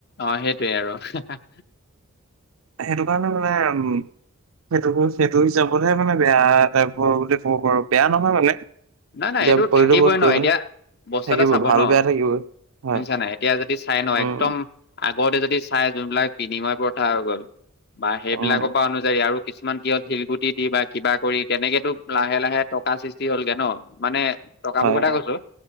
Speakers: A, on the left; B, on the right.
A: অ' সেইটোৱে আৰু হা হা
B: সেইটো কাৰণে মানে উম সেইটো গোজ সেইটো হিচাপতহে মানে বেয়া টাইপৰ বুলি ক'ব পাৰো বেয়া নহয় মানে
A: নাই নাই
B: যে
A: এইটো
B: প্ৰতিটো
A: থাকিবই
B: বস্তুৱে
A: ন এতিয়া
B: মানে
A: বস্তু
B: থাকিবই
A: এটা চাব
B: ভাল
A: ন
B: বেয়া থাকিবই হয়
A: শুনিছা নাই এতিয়া যদি চাই ন
B: উম
A: একদম আগতে যদি চাই যোনবিলাক বিনিময় প্ৰথা হৈ গ'ল বা সেইবিলাকৰ
B: উম,
A: পৰা অনুযায়ী আৰু কিছু কিছুমান কিহত শিলগুটি দি বা কিবা কৰি তেনেকেতো লাহে লাহে টকা সৃষ্টি হলগে ন মানে টকাবোৰ
B: হয়,
A: কথা
B: হয়,
A: কৈছো